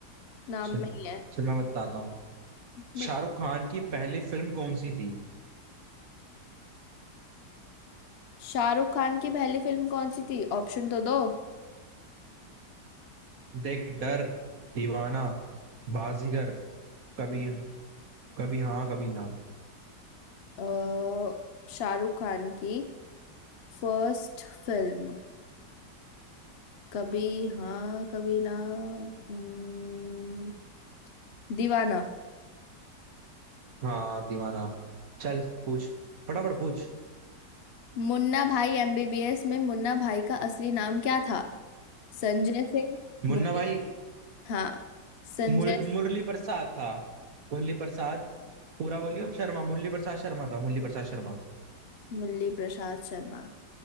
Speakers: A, on the left; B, on the right.
A: नाम
B: चल
A: में ही है
B: चल मैं बताता हूँ
A: बट
B: शाहरुख खान की पहली फिल्म कौन सी थी
A: शाहरुख खान की पहली फिल्म कौन सी थी ऑप्शन तो दो
B: देख डर दीवाना बाजीगर कभी कभी हाँ कभी ना
A: अ, शाहरुख खान की फर्स्ट फिल्म कभी हाँ कभी ना हम्म, दीवाना
B: हाँ दीवाना चल पूछ फटाफट पूछ
A: मुन्ना भाई एमबीबीएस में मुन्ना भाई का असली नाम क्या था संजय सिंह
B: मुन्ना
A: मुरली
B: भाई
A: हाँ संजय
B: मुर, मुरली प्रसाद था मुरली प्रसाद पूरा बोलिए अब शर्मा मुरली प्रसाद शर्मा था मुरली प्रसाद शर्मा
A: मुरली प्रसाद शर्मा